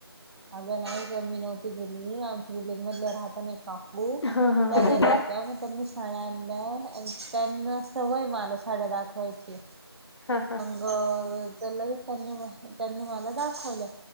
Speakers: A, on the right; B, on the left.
A: अगं नाही ग मी नव्हती गेली आमच्या बिल्डिंग मधल्या राहता ना काकू
B: हा हा
A: त्या
B: हा
A: गेल्या
B: हा
A: होत्या मग त्यांनी साड्या आणल्या त्यांना सवय मला साड्या दाखवायच्या ह
B: हा हा
A: अ लगेच त्यांनी त्यांनी मला दाखवल्या